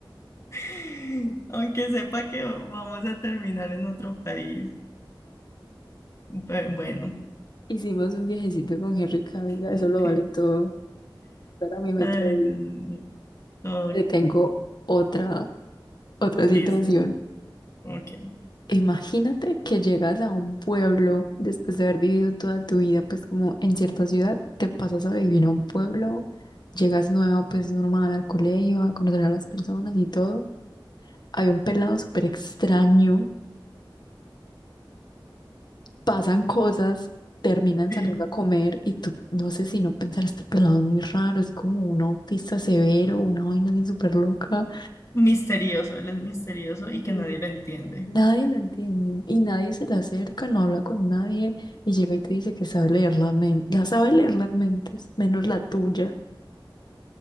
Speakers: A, on the left; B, on the left.
A: <laughs> Aunque sepa que vamos a terminar en otro país. Pe- Bueno.
B: Hicimos un viajecito con Henry Cavill, ya
A: <laughs>
B: eso lo vale todo. Para mí me
A: Ay,
B: trae,
A: Dios mío. Oh,
B: te tengo otra, otra
A: listo.
B: situación.
A: Ok.
B: Imagínate que llegas a un pueblo después de haber vivido toda tu vida, pues como en cierta ciudad, te pasas a vivir a un pueblo, llegas nuevo, pues normal al colegio, a conocer a las personas y todo. había un pelado súper extraño, pasan cosas, terminan
A: Sí.
B: saliendo a comer y tú no sé si no pensar, este pelado es muy raro, es como un autista severo, una vaina así súper loca.
A: Misterioso, él es misterioso y
B: y
A: que nadie lo entiende.
B: Nadie lo entiende y nadie se le acerca, no habla con nadie y llega y te dice que sabe leer la men- la sabe leer las mentes, menos la tuya.